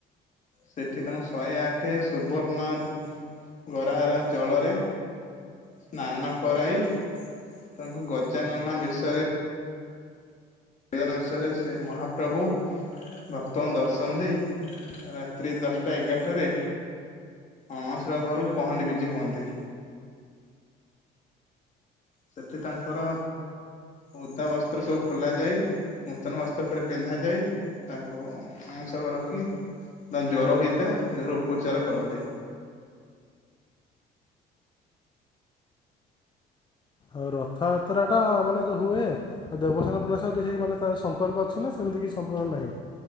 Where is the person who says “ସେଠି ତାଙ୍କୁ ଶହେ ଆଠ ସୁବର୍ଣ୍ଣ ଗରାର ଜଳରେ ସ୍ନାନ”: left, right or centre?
Left